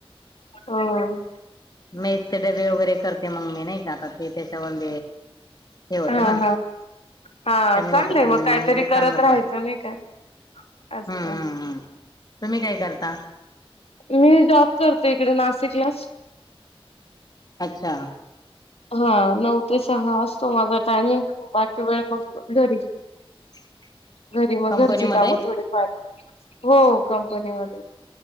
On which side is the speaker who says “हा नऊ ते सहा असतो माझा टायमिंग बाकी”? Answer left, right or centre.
Left